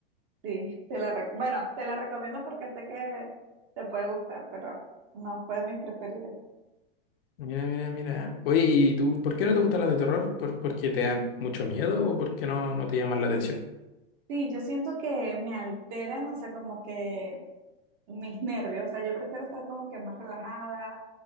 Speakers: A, on the right; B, on the left.
A: Sí, te la rec- bueno, te la recomiendo porque sé que te puede gustar, pero no fue de mis preferidas.
B: Mira, mira, mira. Oye, ¿y tú por qué no te gustan las de terror? ¿Por, porque te dan mucho miedo o porque no, no te llaman la atención?
A: Sí, yo siento que me alteran, o sea, como que mis nervios, o sea, yo prefiero estar como que más relajada,